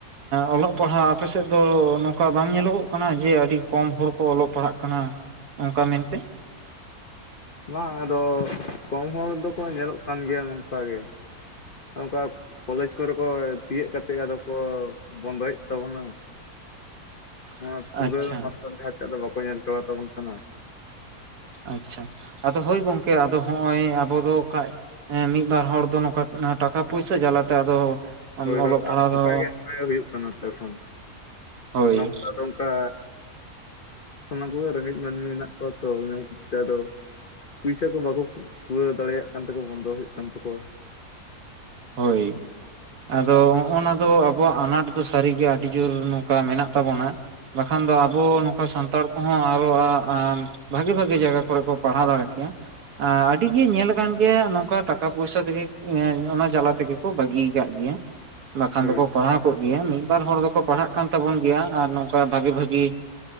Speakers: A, on the right; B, on the left.
A: ᱚᱞᱚᱜ ᱯᱟᱲᱦᱟᱜ ᱟᱯᱮᱥᱮᱫ ᱫᱚ ᱱᱚᱝᱠᱟ ᱵᱟᱝ ᱧᱮᱞᱚᱜᱚᱜ ᱠᱟᱱᱟ ᱡᱮ ᱟᱹᱰᱤ ᱠᱚᱢ ᱦᱚᱲ ᱠᱚ ᱚᱞᱚᱜ ᱯᱟᱲᱦᱟᱜ ᱠᱟᱱᱟ᱾ ᱠᱟᱱᱟ ᱚᱱᱠᱟ ᱢᱮᱱᱛᱮ᱾
B: ᱵᱟᱝ ᱟᱫᱚ ᱠᱚᱢ ᱦᱚᱲ ᱫᱚᱠᱚ ᱧᱮᱞᱚᱜ ᱠᱟᱱ ᱜᱮᱭᱟ ᱱᱚᱝᱠᱟ ᱜᱮ ᱱᱚᱝᱠᱟ ᱠᱚᱞᱮᱡᱽ ᱠᱚᱨᱮ ᱠᱚ ᱛᱤᱭᱚᱜ ᱠᱟᱛᱮ ᱜᱮ ᱟᱫᱚ ᱠᱚ ᱵᱚᱱᱫᱚᱭᱮᱫ ᱛᱟᱵᱚᱱᱟ᱾
A: <unintelligible>
B: ᱱᱚᱣᱟ ᱯᱩᱨᱟᱹ
A: ᱟᱪᱪᱷᱟ
B: <unintelligible> ᱡᱟᱦᱟᱸᱴᱟᱜ ᱫᱚ ᱵᱟᱠᱚ ᱧᱮᱞ ᱪᱟᱵᱟ ᱛᱟᱵᱚᱱ ᱠᱟᱱᱟ᱾
A: ᱟᱪᱪᱷᱟ, ᱟᱫᱚ ᱦᱳᱭ ᱜᱚᱝᱠᱮ ᱟᱫᱚ ᱦᱚᱸᱜᱼᱚᱭ ᱟᱵᱚ ᱫᱚ ᱠᱷᱟᱡ ᱦᱮᱸ ᱢᱤᱫᱵᱟᱨ ᱦᱚᱲ ᱫᱚ ᱱᱚᱝᱠᱟ ᱴᱟᱠᱟ ᱯᱩᱭᱥᱟ ᱡᱟᱞᱟᱛᱮ ᱟᱫᱚ
B: ᱦᱳᱭ
A: ᱚᱞᱚᱜ
B: ᱦᱳᱭ
A: ᱯᱟᱲᱦᱟᱣ
B: ᱟᱫᱚ ᱚᱱᱠᱟ
A: ᱫᱚ
B: ᱜᱮ ᱚᱱᱠᱟ ᱜᱮ ᱦᱩᱭᱩᱜ ᱠᱟᱱᱟ ᱛᱚ ᱮᱠᱷᱚᱱ
A: ᱦᱳᱭ
B: ᱱᱚᱛᱮ ᱠᱷᱚᱱ ᱚᱱᱠᱟ ᱥᱟᱱᱟᱢ ᱠᱚᱜᱮ ᱨᱮᱸᱜᱮᱡ ᱢᱟᱹᱱᱢᱤ ᱢᱮᱱᱟᱜ ᱠᱚᱣᱟ ᱛᱚ ᱤᱱᱟᱹ ᱠᱷᱟᱹᱛᱤᱨ ᱛᱮ ᱟᱫᱚ ᱯᱩᱭᱥᱟ ᱠᱚ ᱵᱟᱠᱚ ᱠᱩᱲᱟᱹᱣ ᱫᱟᱲᱮᱭᱟᱜ ᱠᱟᱱ ᱛᱟᱠᱚᱣᱟ ᱵᱚᱱᱫᱚ ᱦᱩᱭᱩᱜ ᱠᱟᱱ ᱛᱟᱠᱚᱣᱟ᱾
A: ᱦᱳᱭ ᱟᱫᱚ ᱱᱚᱜ-ᱚ ᱱᱟ ᱫᱚ ᱟᱵᱚᱣᱟᱜ ᱟᱱᱟᱴ ᱫᱚ ᱥᱟᱹᱨᱤᱜᱮ ᱟᱹᱰᱤ ᱡᱳᱨ ᱱᱚᱝᱠᱟ ᱢᱮᱱᱟᱜ ᱛᱟᱵᱚᱱᱟ᱾ ᱵᱟᱠᱷᱟᱱ ᱫᱚ ᱟᱵᱚ ᱱᱚᱝᱠᱟ ᱥᱟᱱᱛᱟᱲ ᱠᱚᱦᱚᱸ ᱟᱨᱚ ᱵᱷᱟᱜᱤ ᱵᱷᱟᱜᱤ ᱡᱟᱭᱜᱟ ᱠᱚᱨᱮ ᱠᱚ ᱯᱟᱲᱦᱟᱣ ᱫᱟᱲᱮ ᱠᱮᱭᱟ᱾ ᱟᱹᱰᱤ ᱜᱮ ᱧᱮᱞ ᱟᱠᱟᱱ ᱜᱮᱭᱟ ᱱᱚᱝᱠᱟ ᱴᱟᱠᱟ ᱯᱚᱭᱥᱟ ᱛᱮᱜᱮ <unintelligible> ᱡᱟᱞᱟ ᱛᱮᱜᱮ ᱠᱚ ᱵᱟᱹᱜᱤ ᱟᱠᱟᱫ ᱜᱮᱭᱟ᱾ ᱵᱟᱠᱷᱟᱱ
B: ᱦᱳᱭ
A: ᱫᱚᱠᱚ ᱯᱟᱲᱦᱟᱣ ᱠᱚᱜ ᱜᱮᱭᱟ, ᱢᱤᱫᱵᱟᱨ ᱦᱚᱲ ᱫᱚᱠᱚ ᱯᱟᱲᱦᱟᱜ ᱠᱟᱱ ᱛᱟᱵᱚᱱ ᱜᱮᱭᱟ ᱟᱨ ᱱᱚᱝᱠᱟ ᱵᱷᱟᱜᱤ ᱵᱷᱟᱜᱤ